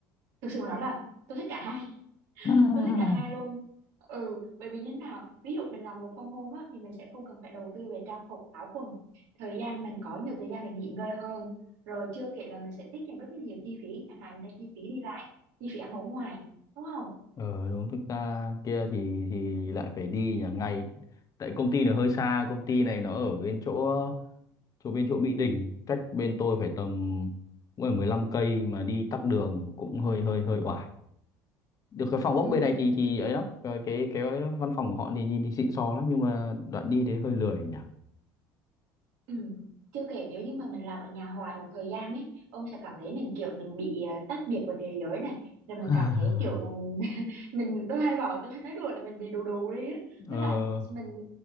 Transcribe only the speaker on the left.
<laughs>
ờ đúng thực ra kia thì thì lại phải đi nhà ngay tại công ty nó hơi xa công ty này nó ở bên chỗ chỗ bên chỗ Mỹ Đình cách bên tôi phải tầm cũng phải mười lăm cây mà đi tắc đường cũng hơi hơi hơi oải được cái phòng ốc
bên này thì thì ấy lắm Ờ, cái cái văn phòng của họ thì nhìn thì xịn sò lắm nhưng mà đoạn đi đấy hơi lười nhỉ
<laughs>
<sighs>
ờ,